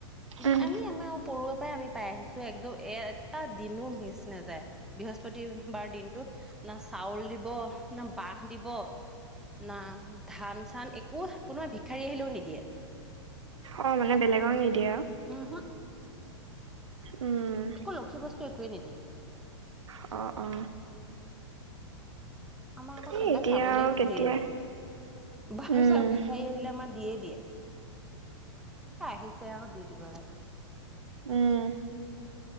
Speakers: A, in the centre; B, on the right (about 85°).
A: কি
B: উম
A: আমি আমাৰ সৰুৰ পৰাই আমি, পাই আহিছো একদম এ এটা দিনো মিচ নাযায় বৃহস্পতিবাৰ দিনটোত। না চাউল দিব, না বাহ দিব, না ধান চান একো কোনোবাই ভিখাৰী আহিলেও নিদিয়ে।
B: অ, মানে বেলেগক নিদিয়ে আৰু।
A: উমহু,
B: উম,
A: একো লক্ষী বস্তু একোৱে নিদিয়ে।
B: অ, অ,
A: আমাৰ আকৌ
B: এই
A: সেইবিলাক
B: এতিয়া
A: চাবলৈ
B: আৰু কেতিয়া
A: হেৰি নাই, বাৰু
B: উম
A: ভিখাৰী আহিলে আমাৰ দিয়ে-দিয়ে। আহিছে আৰু দি দিব লাগে।
B: উম,